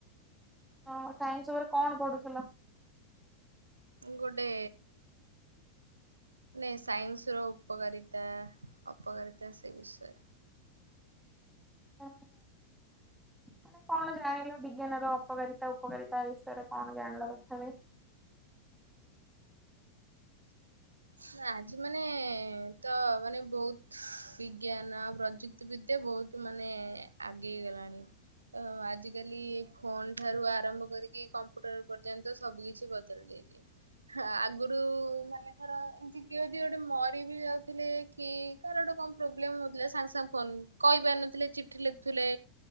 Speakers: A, in the centre; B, on the right (about 80°).
A: ହଁ ସାଇନ୍ସ ଉପରେ କଣ ପଢୁଥିଲ?
B: ଗୋଟେ ନାଇଁ ସାଇନ୍ସ ର ଉପକାରିତା ଅପକାରିତା ସେ ବିଷୟରେ।
A: ଓଫ ମାନେ କଣ ଜାଣିଲ ବିଜ୍ଞାନ ର ଅପକାରିତା ଉପକାରିତା ବିଷୟରେ କଣ ଜାଣିଲ କଥାପ
B: ହୁଁ ଆଜି ମାନେ ତ ମାନେ ବହୁତ ବିଜ୍ଞାନ ଆଉ ପ୍ରଯୁକ୍ତି ବିଦ୍ୟା ବହୁତ ତୁ ମାନେ ଆଗେଇ ଗଲାଣି ତ ଆଜିକାଲି ଫୋନ ଠାରୁ ଆରମ୍ଭ କରିକି କମ୍ପ୍ୟୁଟର ପର୍ଯ୍ୟନ୍ତ ସବୁ କିଛି ବଦଳି ଯାଇଛି। ଆଗରୁ ମାନେ ଥର ଏମିତି କିଏଦ ଗୋଟେ ମରି ବି ଯାଉଥିଲେ। କି କା ଗୋଟେ କଣ ପ୍ରୋବଲେ ହଉଥିଲା ସାଙ୍ଗଙ୍ଗ ଫୋନ କହିପାରିନଥିଲେ ଚିଠି ଲେଖୁଥିଲେ।